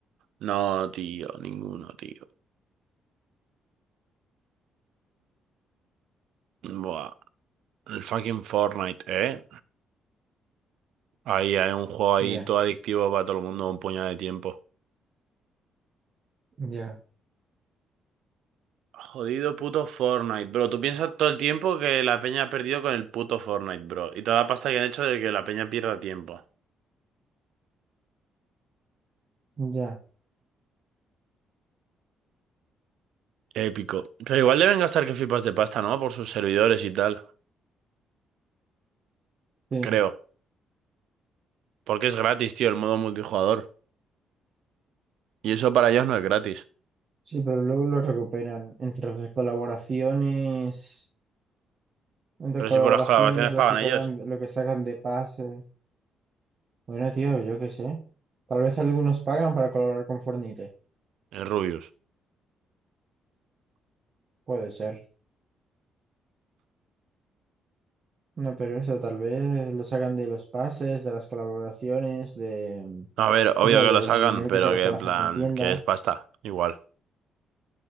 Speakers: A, on the right (about 75°); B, on the right (about 45°).
A: No, tío, ninguno, tío. Buah, el fucking Fortnite, ¿eh? Ahí hay un juego ahí
B: Ya,
A: todo adictivo para todo el mundo, un puñado de tiempo.
B: ya,
A: Jodido puto Fortnite, bro. Tú piensas todo el tiempo que la peña ha perdido con el puto Fortnite, bro. Y toda la pasta que han hecho de que la peña pierda tiempo.
B: ya.
A: Épico. Pero igual deben gastar que flipas de pasta, ¿no? Por sus servidores y tal.
B: Sí.
A: Creo. Porque es gratis, tío, el modo multijugador. Y eso para ellos no es gratis.
B: Sí, pero luego lo recuperan. Entre las colaboraciones, entre
A: Pero
B: colaboraciones,
A: si por las colaboraciones
B: lo
A: pagan
B: que cobran,
A: ellos.
B: lo que sacan de pase. Bueno, tío, yo qué sé. Tal vez algunos pagan para colaborar con Fornite.
A: Es Rubius.
B: Puede ser. No, pero eso, tal vez lo sacan de los pases, de las colaboraciones, de...
A: No, A ver, obvio
B: O sea,
A: que
B: del
A: lo sacan,
B: dinero
A: pero
B: que se gasta
A: que en
B: la
A: plan,
B: gente en tienda.
A: que es pasta, igual.